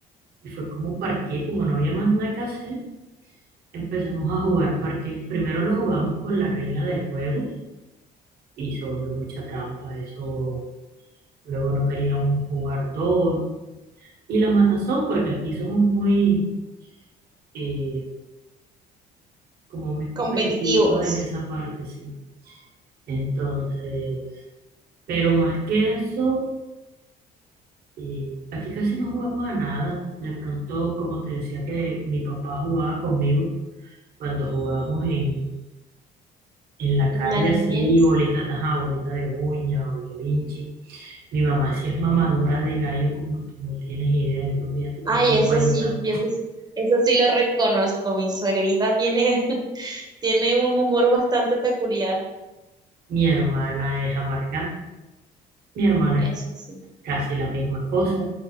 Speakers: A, on the right; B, on the right.
A: Y fue como parqué, como no había más nada que hacer, empezamos a jugar parqué. Primero lo jugamos con la regla del juego y se volvió mucha trampa. Eso luego no queríamos jugar dos. Y la matazón, porque aquí somos muy, eh, como muy competitivos
B: Competitivos.
A: en esa parte, sí. Entonces, pero más que eso, eh, aquí casi no jugamos a nada. De pronto, como te decía que mi papá jugaba conmigo cuando jugábamos en, En la calle
B: La niñez.
A: así, bolita, ajá, bolita de uña o el bolinchi Mi mamá sí es mamadora de gallo, como tú no tienes idea. Yo creo que ya tú
B: Ay,
A: te has dado
B: eso
A: cuenta.
B: sí, yo eso, eso sí lo reconozco. Mi suegrita tiene, <laughs> tiene un humor bastante peculiar.
A: Mi hermana es amargada. Mi hermano
B: Eso
A: es
B: sí.
A: casi la misma cosa.